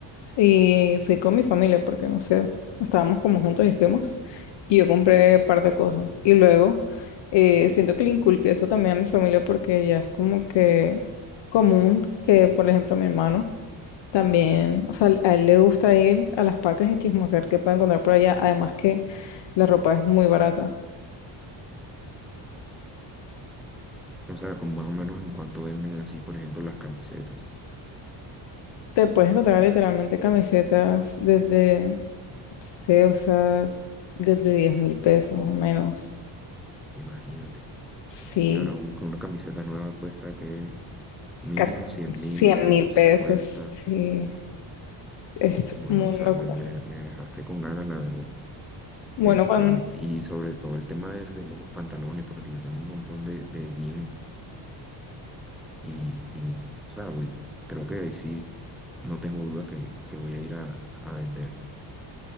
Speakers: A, on the left; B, in the centre.
A: Y fui con mi familia porque no sé, estábamos como juntos y fuimos. Y yo compré un par de cosas. Y luego eh, siento que le inculqué eso también a mi familia porque ya es como que común que, por ejemplo, mi hermano también, o sea, a él le gusta ir a las pacas y chismosear qué puede encontrar por allá. Además que la ropa es muy barata.
B: O sea, con más o menos en cuánto venden así, por ejemplo, las camisetas.
A: Te puedes encontrar literalmente camisetas desde, no sé, o sea, desde diez mil pesos o menos.
B: Imagínate.
A: Sí.
B: Y ahora un- una camiseta nueva cuesta que mínimo
A: casi
B: cien
A: cien
B: mil, ciento
A: mil pesos,
B: cincuenta.
A: sí, es
B: Bueno,
A: muy
B: o sea,
A: locura.
B: me, me- me dejaste con ganas, la verdad.
A: Bueno,
B: Este,
A: cuando...
B: y sobre todo el tema de, de los pantalones, porque yo tengo un montón de, de jeans y, y, o sea, voy- creo que ahí sí, no tengo duda que, que voy a ir a, a venderlos